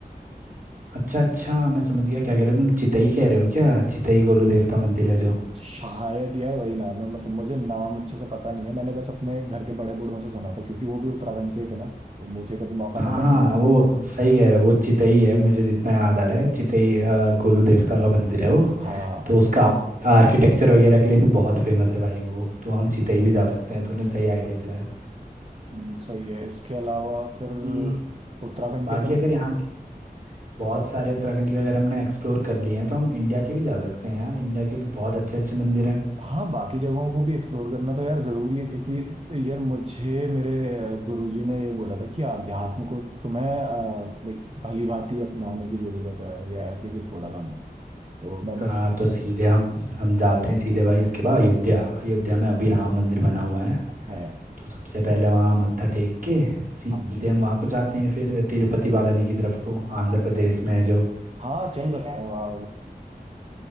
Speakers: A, on the right (about 55°); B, on the right (about 40°).
A: अच्छा अच्छा मैं समझ गया क्या कह रहे हो तुम चितई कह रहे हो क्या चितई गोलू देवता मंदिर है जो
B: शायद यार वही नाम है मतलब मुझे नाम अच्छे से पता नहीं है मैंने बस अपने घर के बड़े बूढ़ों से सुना था क्योंकि वो भी उत्तराखंड से ही थे ना तो मुझे कभी मौका
A: हाँ
B: मिला
A: हाँ
B: नहीं
A: वो सही कह रहे हो वो चितई है मुझे जितना याद आ रहा है चितई अ, गोलू देवता का मंदिर है वो
B: हाँ
A: तो उसका आर्किटेक्चर वगैरह के लिए भी बहुत फेमस है भाई वो तो हम चितई भी जा सकते हैं तूने सही आइडिया दिलाया
B: हम्म, सही है इसके अलावा फिर
A: बाकी
B: उत्तराखंड
A: बाकी
B: के तो
A: अगर यहाँ के बहुत सारे उत्तराखंड के अगर हमने एक्सप्लोर कर लिए हैं तो हम इंडिया के भी जा सकते हैं यार इंडिया के भी बहुत अच्छे अच्छे मंदिर हैं
B: हाँ बाकी जगहों को भी एक्सप्लोर करना तो यार जरूरी है क्योंकि यार मुझे मेरे गुरुजी ने ये बोला था कि आध्यात्म को तुम्हें लाइक भली भांति अपनाने की जरूरत है या ऐसे ही कुछ बोला था उन्होंने तो मैं
A: हाँ
B: बस
A: तो सीधे हम हम जाते हैं सीधे भाई इसके बाद अयोध्या अयोध्या में अभी राम मंदिर बना हुआ है
B: है
A: तो सबसे पहले वहाँ मत्था टेक के सीधे
B: हम
A: हम वहाँ को जाते हैं फिर तिरुपति बालाजी की तरफ को आंध्र प्रदेश में है जो
B: हाँ चल सकते हैं हाँ, वो-